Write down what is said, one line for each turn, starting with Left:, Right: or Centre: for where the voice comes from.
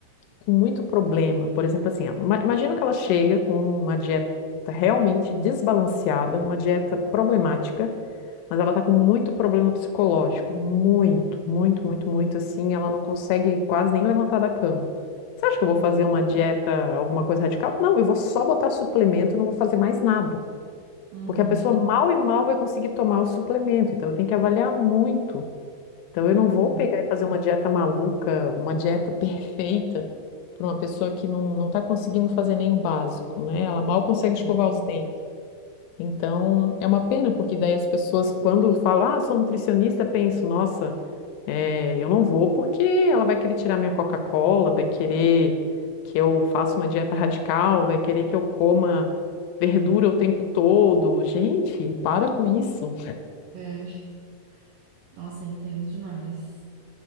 Left: com muito problema, por exemplo, assim, ó, ima- imagina que ela chega com uma dieta realmente desbalanceada, uma dieta problemática, Mas ela tá com muito problema psicológico, muito, muito, muito, muito assim, ela não consegue quase nem levantar da cama. Você acha que eu vou
Right: Sim.
Left: fazer uma dieta, alguma coisa radical? Não, eu vou só botar suplemento, eu não vou fazer mais nada.
Right: Uhum.
Left: Porque a pessoa mal e mal vai conseguir tomar o suplemento, então eu tenho que avaliar muito. Então
Right: Uhum.
Left: eu não vou pegar e fazer uma dieta maluca, uma dieta perfeita para uma pessoa que não, não está conseguindo fazer nem o básico, né? Ela mal consegue
Right: É,
Left: escovar os dentes. Então, é uma pena, porque daí as pessoas, quando falam, ah, sou nutricionista, penso, nossa, eh, eu não vou porque ela vai querer tirar minha Coca-Cola, vai querer que eu faça uma dieta radical, vai querer que eu coma verdura o tempo todo. Gente, para com isso.
Right: é. nossa, eu entendo demais.